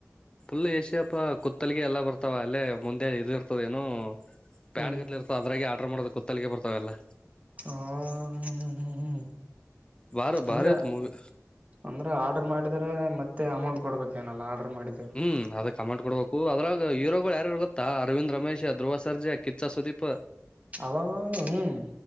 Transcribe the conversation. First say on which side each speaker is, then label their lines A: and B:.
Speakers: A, on the left; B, on the right.
A: ಫುಲ್ ಎ ಸಿ ಅಪ್ಪ ಕುತ್ತಲ್ಗೆ ಎಲ್ಲ ಬರ್ತಾವ ಅಲ್ಲೇ ಮುಂದೆ ಇದು ಇರ್ತದ ಏನು ಪ್ಯಾಡ್
B: ಹ್ಮ್
A: ಗದ ಇರ್ತಾವ ಅದ್ರಾಗ ಆರ್ಡರ್ ಮಾಡೋ ಕುತ್ತಳಿಗೆ ಬರ್ತಾವಲ್ಲ
B: ಹಾ ಹ್ಮ್ ಹ್ಮ್ ಹ್ಮ್
A: ಬಾರ
B: ಅಂದ್ರೆ
A: ಬಾರಿ ಇತ್ ಮೂವಿ
B: ಅಂದ್ರೆ ಆರ್ಡ್ರ್ ಮಾಡಿದ್ರೆ ಮತ್ತೆ ಅಮೌಂಟ್ ಕೊಡ್ಬೇಕ ಏನಲ್ಲ ಆರ್ಡರ್ ಮಾಡಿದೆ
A: ಹ್ಮ್ ಅದೇ ಅಮೌಂಟ್ ಕೊಡ್ಬೇಕು ಅದ್ರಾಗ ಹೀರೋಗಳು ಯಾರು ಗತ್ತಾ ಅರವಿಂದ್ ರಮೇಶ್ ಧ್ರುವ ಸರ್ಜ ಕಿಚ್ಚ ಸುದೀಪ್
B: ಅಬ್ಬ ಬಾ ಹ್ಮ್